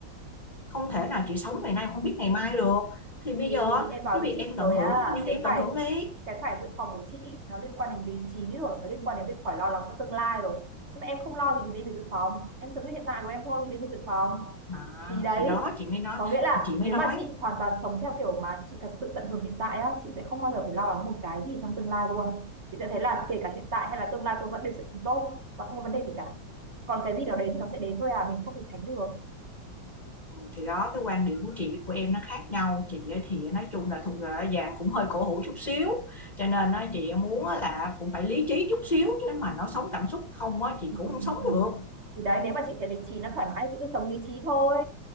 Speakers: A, on the left (about 25°); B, on the right (about 45°).
A: không thể nào chị sống ngày nay không biết ngày mai được thì bây
B: thì
A: giờ á,
B: em nói
A: cái
B: với
A: việc
B: chị
A: em
B: rồi
A: tận hưởng
B: á
A: nhưng
B: cái
A: thì em
B: phải
A: tận hưởng đi
B: cái phải dự phòng của chị ý, nó liên quan đến lý trí rồi nó liên quan đến việc phải lo lắng cho tương lai rồi nhưng mà em không lo thì gì phải dự phòng em sống như hiện tại của em thôi thì gì phải dự phòng
A: à,
B: thì đấy
A: thì đó chị mới nói
B: có nghĩa là
A: thì chị mới
B: nếu
A: nói
B: mà chị hoàn toàn sống theo kiểu mà chị thật sự tận hưởng hiện tại á chị sẽ không bao giờ phải lo lắng một cái gì trong tương lai luôn chị sẽ thấy là kể cả hiện tại hay là tương lai tôi vẫn đều sẽ sống tốt và không có vấn đề gì cả còn cái gì đó đến thì nó sẽ đến thôi à mình không thể tránh được
A: thì đó cái quan điểm của chị với của em nó khác nhau chị ấy thì nói chung là thuộc là dạng cũng hơi cổ hủ chút xíu cho nên á, chị muốn á là cũng phải lý trí chút xíu chứ mà nó sống cảm xúc không á chị
B: Ừ.
A: cũng không sống được
B: Thì đấy nếu mà chị thấy lý trí nó thoải mái chị cứ sống lý trí thôi